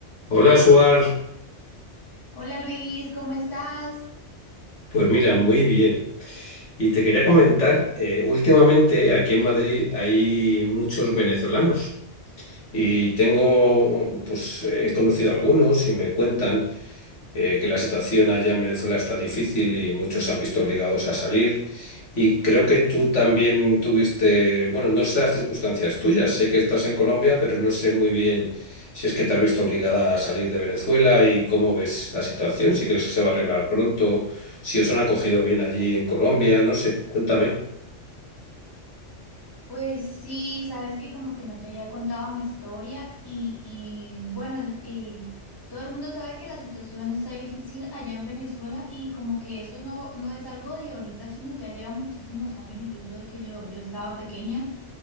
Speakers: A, on the left; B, on the left.
A: Hola, Suar.
B: Hola Luis, ¿cómo estás?
A: Pues mira, muy bien. Y te quería comentar, eh, últimamente aquí en Madrid hay muchos venezolanos y tengo, pues he conocido algunos y me cuentan. eh, que la situación allá en Venezuela está difícil y muchos se han visto obligados a salir. Y creo que tú también tuviste, bueno, no sé las circunstancias tuyas, sé que estás en Colombia, pero no sé muy bien si es que te has visto obligada a salir de Venezuela y cómo ves la situación, si crees que se va a arreglar pronto, si os han acogido bien allí en Colombia, no sé, cuéntame.
B: Pues sí, sabes que como que no te había contado mi historia y, y bueno, y todo el mundo sabe que la situación está difícil allá en Venezuela y como que eso no, no es algo de ahorita, sino ya lleva muchísimos años, incluso es que yo, yo estaba pequeña.